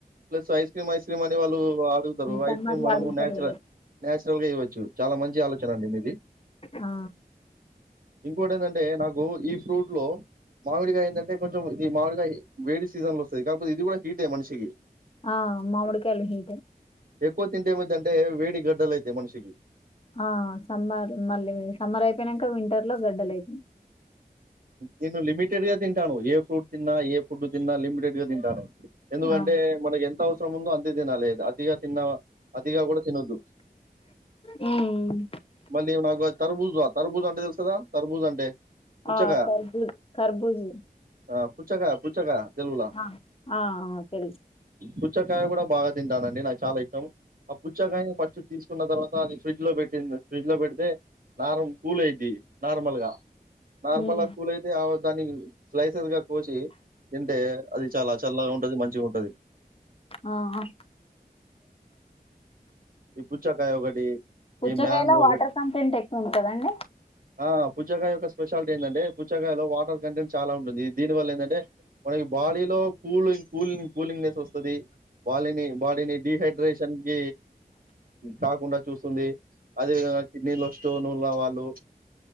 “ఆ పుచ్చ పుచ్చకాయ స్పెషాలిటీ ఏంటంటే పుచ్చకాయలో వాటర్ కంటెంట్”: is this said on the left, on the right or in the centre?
Right